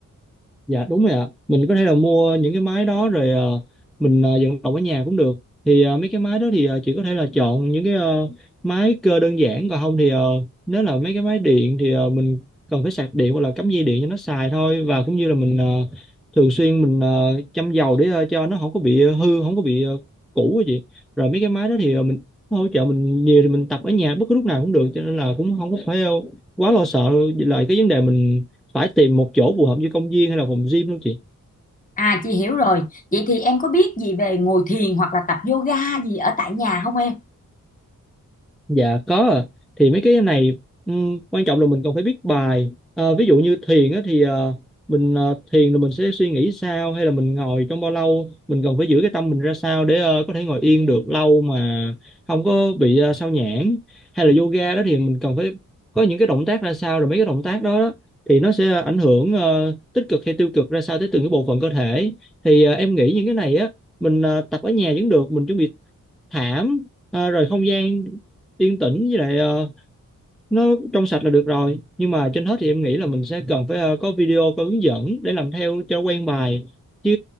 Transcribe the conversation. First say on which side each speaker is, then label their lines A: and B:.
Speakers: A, in the centre; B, on the left.
A: Dạ đúng rồi ạ. Mình có thể là mua những cái máy đó rồi ờ, mình ờ, vận động ở nhà cũng được. Thì ờ, mấy cái máy đó thì ờ, chị có thể là chọn những cái ờ, máy cơ đơn giản còn không thì ờ, nếu là mấy cái máy điện thì ờ, mình cần phải sạc điện hoặc là cắm dây điện cho nó xài thôi và cũng như là mình ờ, thường xuyên mình ờ, châm dầu để ờ, cho nó không có bị ờ, hư, không có bị ờ, cũ á chị. Rồi mấy cái máy đó thì ờ, mình nó hỗ trợ mình nhiều thì mình tập ở nhà bất cứ lúc nào cũng được cho nên là cũng không có phải ờ, quá lo sợ lại cái vấn đề mình phải tìm một chỗ phù hợp như công viên hay là phòng gym luôn chị
B: À chị hiểu rồi. Vậy thì em có biết gì về ngồi thiền hoặc là tập yoga gì ở tại nhà không em?
A: dạ có ạ. thì mấy cái này ừm, quan trọng là mình còn phải biết bài Ờ, ví dụ như thiền á, thì ờ, mình ờ, thiền là mình sẽ suy nghĩ sao hay là mình ngồi trong bao lâu mình cần phải giữ cái tâm mình ra sao để ờ, có thể ngồi yên được lâu mà không có bị ờ, sao nhãng hay là yoga đó thì mình cần phải có những cái động tác ra sao rồi mấy cái động tác đó, đó thì nó sẽ ảnh hưởng ờ, tích cực hay tiêu cực ra sao tới từng cái bộ phận cơ thể thì ờ, em nghĩ những cái này á mình ờ, tập ở nhà vẫn được mình chuẩn bị thảm à, rồi không gian yên tĩnh với lại ờ, nó trong sạch là được rồi nhưng mà trên hết thì em nghĩ là mình sẽ cần phải ờ, có video có hướng dẫn để làm theo cho quen bài chứ